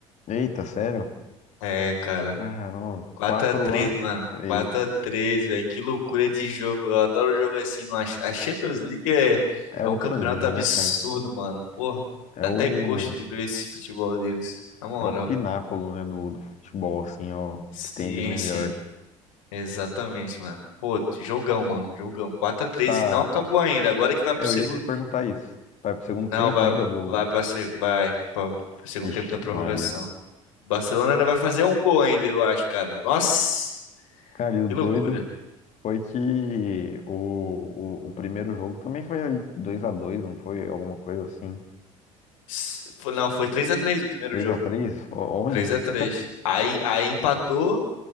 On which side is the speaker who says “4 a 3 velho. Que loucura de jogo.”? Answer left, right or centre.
Left